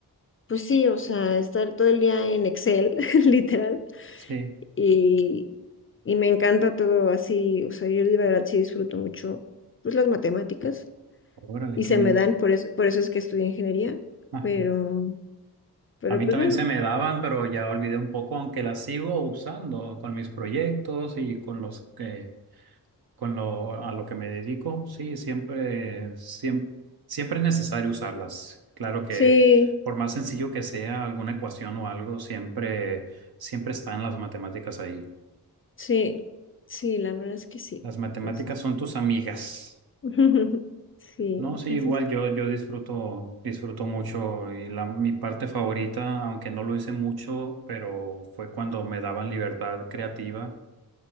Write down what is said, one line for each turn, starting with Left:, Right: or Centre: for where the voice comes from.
Left: pues sí, o sea, estar todo el día en Excel, <laughs> literal.
Right: Sí.
Left: y, y me encanta todo así, o sea, yo de verdad sí disfruto mucho pues las matemáticas
Right: Órale,
Left: y
Right: qué
Left: se
Right: bien.
Left: me dan, por eso, por eso es que estudié ingeniería,
Right: Ajá.
Left: pero, pero
Right: A mí
Left: pues
Right: también
Left: bueno,
Right: se me daban, pero ya olvidé un poco, aunque las sigo usando con mis proyectos y con los que Con lo, a lo que me dedico, sí, siempre, siempre, siempre es necesario usarlas. Claro que
Left: sí,
Right: por más sencillo que sea alguna ecuación o algo, siempre, siempre están las matemáticas ahí.
Left: sí, sí, la verdad es que sí.
Right: Las matemáticas
Left: Entonces,
Right: son tus amigas.
Left: <laughs> sí,
Right: No,
Left: entonces,
Right: sí, igual yo, yo disfruto, disfruto mucho y la, mi parte favorita, aunque no lo hice mucho, pero fue cuando me daban libertad creativa